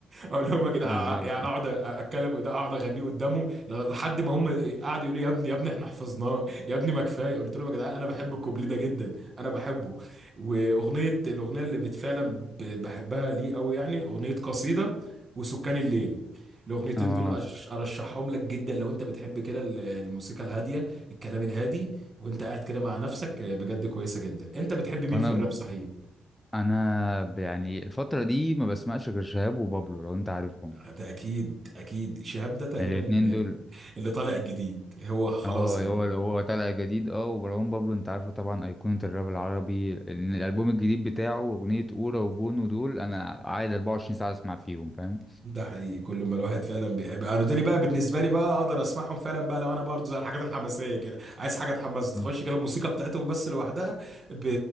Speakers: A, on the right; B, on the left.
A: اقول لهم يا جدعان
B: بالظبط
A: يعني اقعد اتكلم ده اقعد اغنيه قدامهم لحد ما هم قعدوا يقولوا لي يا ابني يا ابني احنا حفظناه يا ابني ما كفايه قلت لهم يا جدعان انا بحب الكوبليه ده جدا انا بحبه واغنيه الاغنيه اللي بت- فعلا ب- بحبها ليه قوي يعني اغنيه قصيده وسكان الليل الاغنيتين
B: اه
A: دول أش- ارشحهم لك جدا لو انت بتحب كده ال- الموسيقى الهاديه الكلام الهادي وانت قاعد كده مع نفسك بجد كويسه جدا انت بتحب مين
B: انا
A: في الراب صحيح
B: انا ب- يعني الفتره دي ما بسمعش غير شهاب وبابلو لو انت عارفهم
A: ده اكيد اكيد شهاب ده تقريبا
B: الاتنين
A: ال-
B: دول
A: اللي طالع الجديد هو خلاص
B: اه
A: كده
B: هو هو طالع جديد اه ومروان بابلو انت عارفه طبعا ايقونة الراب العربي ال- الالبوم الجديد بتاعه اغنية اورا وبونو دول انا قاعد 24 ساعة اسمع فيهم فاهم
A: ده حقيقي كل ما الواحد فعلا بيحب انا دول بقى بالنسبه لي بقى اقدر اسمعهم فعلا بقى لو انا برضه زي الحاجات الحماسيه كده عايز حاجه تحمس تخش
B: مم.
A: كده الموسيقى بتاعتهم بس لوحدها ب...